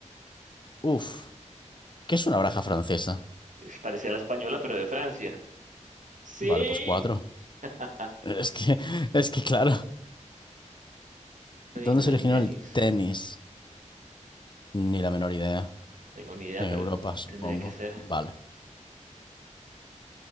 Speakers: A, on the left (about 40°); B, on the right (about 85°).
A: Uf. ¿Qué es una baraja francesa?
B: Es parecida a la española, pero de Francia. Sí.
A: Vale, pues cuatro. <laughs>
B: Ah,
A: Es que, es que claro.
B: es
A: ¿Dónde
B: original
A: se
B: del
A: originó
B: tenis.
A: el tenis? Ni la menor idea.
B: No tengo ni idea,
A: En
B: pero
A: Europa,
B: t-
A: supongo.
B: tendría que ser.
A: Vale.